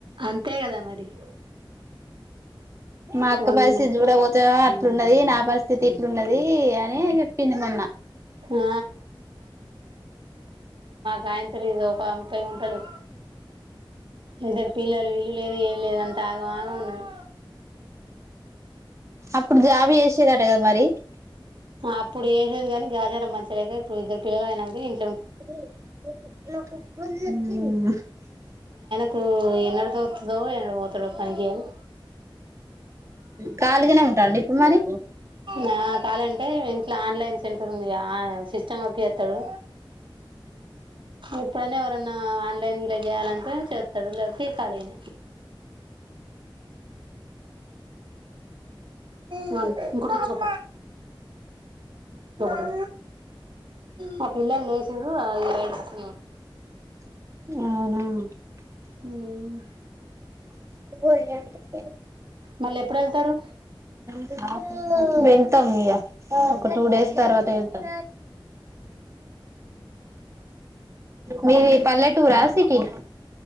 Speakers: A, on the right; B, on the right.
A: అంతే కదా మరి
B: మా
A: పోనీనా
B: అక్క పరిస్థితి చూడపోతేమో అట్లున్నది నా పరిస్థితి ఇట్లున్నది అని చెప్పింది మొన్న
A: ఆ తాయంత్ లేదు ఒక ముప్పై గుంటలు ఇద్దరు పిల్లలు ఇల్లు లేదు ఏం లేదు అన్ తాగమాగ ఉన్నది
B: అప్పుడు జాబి చేసేదట కదా మరి
A: అప్పుడు చేసేది కాని గాచారం మంచిగలేక ఇప్పుడు ఇద్దరు పిల్లలు అయినాక ఇన్
B: మ్మ్
A: కో ఎన్నడుదొతదో ఎన్నడువోతాడో పనికి అని
B: కాళగనే ఉంటాండ ఇప్పుడు మరి
A: నా కాలంటే ఇంట్లో ఆన్లైన్ సెంటర్ ఉందిగా సిస్టమ్ వర్క్ చేత్తడు ఇప్పుడైనా ఎవరన్నా ఆన్లైన్ ఇట్ల చేయాలంటే చేస్తాడు లేతే ఖాళీ గానే హ్మ్ ఇంకోటి తెచ్చుకో పో మా పిల్లలు లేచారు అది ఏడుస్తున్నారు
B: అవునా
A: హ్మ్
B: <unintelligible>
A: మళ్ళీ ఎప్పుడు వెళ్తారు
B: నేన్ వెళ్తాం ఇగ ఒక టూ డేస్ తర్వాత వెళ్తాం మీది పల్లెటూరా సిటీ నా